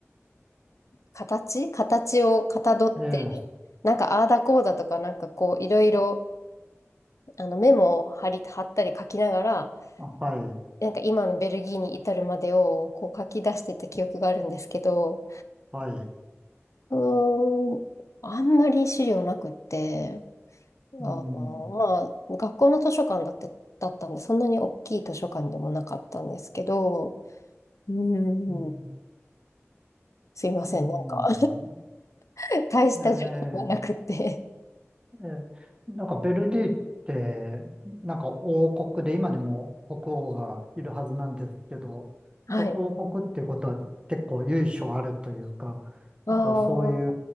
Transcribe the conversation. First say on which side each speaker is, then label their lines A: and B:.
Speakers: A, on the left; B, on the right.
A: 形、形をかたどって、
B: ええ、
A: なんかああだこうだとか、なんかこういろいろあのメモを貼り、貼ったり書きながら、
B: あはい、
A: なんか今のベルギーに至るまでをこう書き出してた記憶があるんですけど、
B: はい。
A: うーん、あんまり資料なくって、あの、
B: うん、
A: まあ、学校の図書館だって、だったんで、そんなに大きい図書館でもなかったんですけど、うーん、
B: うん、
A: すいません、
B: うん。
A: なんか <laughs> 大した情報がなくって。
B: ええ、ええ、なんかベルギーって、なんか王国で、今でも国王がいるはずなんですけど、
A: はい。
B: やっぱ王国ってことは結構由緒あるというか、
A: ああ、
B: なんかそうい